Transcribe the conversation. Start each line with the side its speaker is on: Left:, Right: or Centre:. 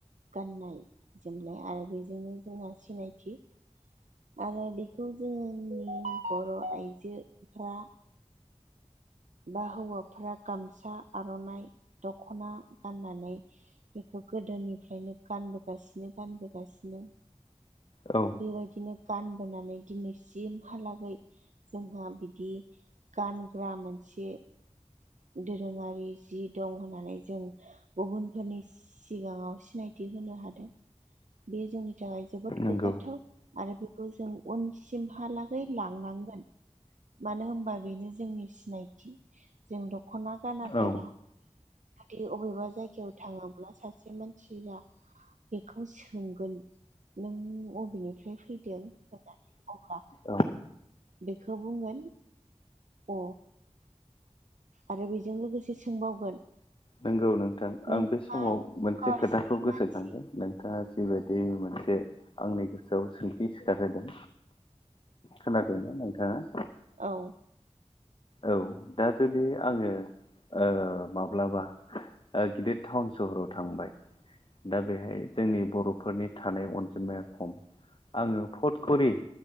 Right: गाननाय जोमनाय आरो बेजोंनो जोंहा सिनायथि आरो बिखौ जोंनि बर' आइजोफ्रा बा हौवाफोरा गामसा, आर'नाइ, दख'ना गाननानै बेखौ गोदोनिफ्रायनो गानबोगासिनो गानबोगासिनो
Left: औ।
Right: बेबायदिनो गानबोनानै दिनैसिमहालागै जोंहा बिदि गानग्रा मोनसे दोरोङारि जि दं होननानै जों गुबुनफोरनि सि सिगाङाव सिनायथि होनो हादों बे जोंनि थाखाय जोबोद
Left: नंगौ
Right: गोग्गाथाव। आरो बेखौ जों उनसिमहालागै लांनांगोन। मानो होमबा बेनो जोंनि सिनायथि जों दख'ना गानाबोला
Left: औ
Right: माने अबेबा जायगायाव थाङाब्ला सासे मानसिया बेखौ सोंगोन। नों अबेनिफ्राय फैदों होननानै अब्ला
Left: औ
Right: बेखौ बुंगोन अ आरो बेजों लोगोसे सोंबावगोन
Left: नंगौ नोंथां
Right: नों
Left: आं बे समाव
Right: मा
Left: मोनसे
Right: कासनि
Left: खोथाखौ गोसोखांदों
Right: मानसि
Left: नों नाङा जि बादि मोनसे आंनि गोसोआव सोंथि सिखारहोदों। खोनादों ना नोंथांङा?
Right: औ।
Left: औ दा जुदि आंङो ओ माब्लाबा ओ गिदिद टाउन सहराव थांबाय दा बेहाय जोंनि बर'फोरनि थानाय अनजिमाया खम आंङो फथखरि